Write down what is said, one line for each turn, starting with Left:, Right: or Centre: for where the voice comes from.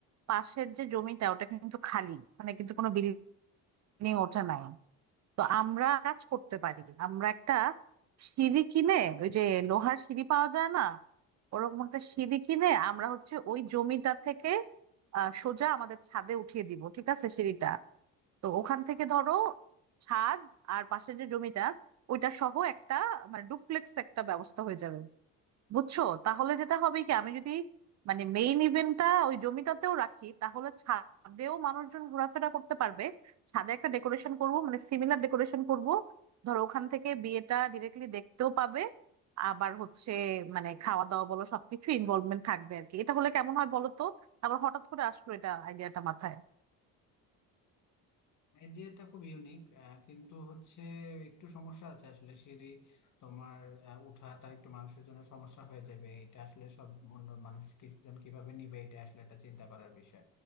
Right: পাশের যে জমিটা ওটা কিন্তু খালি মানে কিন্তু কোনো বিল্ডিং ওঠে নাই তো আমরা কাজ করতে পারি আমরা একটা সিঁড়ি কিনে ওই যে লোহার সিঁড়ি পাওয়া যায় না ওরকম একটা সিঁড়ি কিনে আমরা হচ্ছে ওই জমিটা থেকে আহ সোজা আমাদের ছাদে উঠিয়ে দিব ঠিক আছে সিঁড়িটা তো ওখান থেকে ধরো ছাদ আর পাশে যে জমিটা ওইটা সহ একটা মানে ডুপ্লেক্স একটা ব্যবস্থা হয়ে যাবে বুঝছো তাহলে যেটা হবে কি আমি যদি মানে মেইন ইভেন্টটা ওই জমিটাতেও রাখি তাহলে ছাদেও মানুষজন ঘোরাফেরা করতে পারবে ছাদে একটা ডেকোরেশন করব মানে সিমিলার ডেকোরেশন করব ধরো ওখান থেকে বিয়েটা ডিরেক্টলি দেখতেও পাবে আবার হচ্ছে মানে খাওয়া দাওয়া বলো সবকিছু ইনভলভমেন্ট থাকবে আর কি এটা হলে কেমন হয় বলো তো আবার হঠাৎ করে আসলো এটা আইডিয়াটা মাথায়
Left: আইডিয়াটা খুব ইউনিক কিন্তু হচ্ছে একটু সমস্যা আছে আসলে সিঁড়ি তোমার আহ, উঠাটা একটু মানুষের জন্য সমস্যা হয়ে যাবে এটা আসলে সব অন্য মানুষ কিছুজন কিভাবে নিবে এটা আসলে একটা চিন্তা করার বিষয়